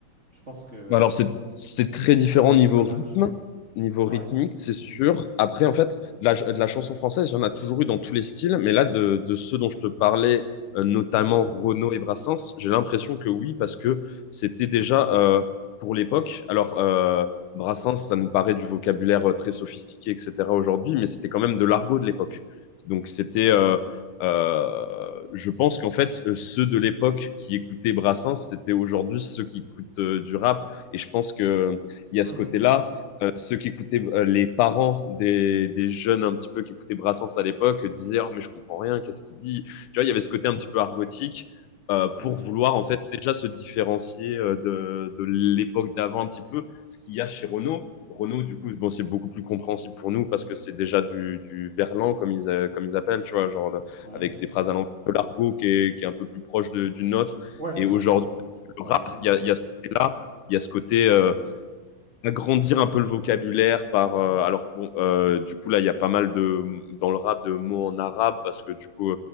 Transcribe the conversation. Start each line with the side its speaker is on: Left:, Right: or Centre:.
Right: je pense que
Left: Alors, c'est c'est très
Right: ils sont
Left: différent
Right: plus au niveau
Left: niveau
Right: clash,
Left: rythme,
Right: quoi.
Left: niveau rythmique,
Right: Ouais.
Left: c'est sûr. Après, en fait, de la, ch- de la chanson française, il y en a toujours eu dans tous les styles, mais là, de, de ceux dont je te parlais, euh, notamment
Right: Mhm.
Left: Renaud et Brassens, j'ai l'impression que oui, parce que c'était déjà euh, pour l'époque. Alors, euh, Brassens, ça nous paraît du vocabulaire euh, très sophistiqué, etc. aujourd'hui, mais c'était quand même de l'argot de l'époque. Donc, c'était.
Right: Ouais.
Left: euh, euh, je pense qu'en fait, euh, ceux de l'époque qui écoutaient Brassens, c'était aujourd'hui ceux qui écoutent euh, du rap et je pense qu'il y a
Right: Mhm,
Left: ce côté-là.
Right: mhm.
Left: Euh, ceux qui écoutaient, euh, les parents des, des, jeunes un petit peu qui écoutaient Brassens à l'époque disaient oh, mais je comprends rien, qu'est-ce qu'il dit Tu vois, il y avait ce côté un petit peu argotique euh,
Right: Ouais.
Left: pour vouloir en fait déjà se différencier euh, de, de l'époque d'avant un petit peu, ce qu'il y a chez Renaud Renaud du coup, bon, c'est beaucoup plus compréhensible pour nous parce que c'est déjà du,
Right: Ouais.
Left: du verlan, comme ils, euh, comme ils appellent, tu vois, genre le,
Right: Ouais.
Left: avec
Right: Ouais.
Left: des phrases à l'envers de l'argot qui est, qui est, un peu plus proche de, du nôtre.
Right: Ouais.
Left: Et aujourd'hui,
Right: Argot
Left: le
Right: parisien.
Left: rap, il y a,
Right: Ouais.
Left: il y a ce côté-là il y a ce côté euh, agrandir un peu le vocabulaire par euh, alors bon euh, du coup là il y a pas mal de dans le rap de mots en arabe parce que du coup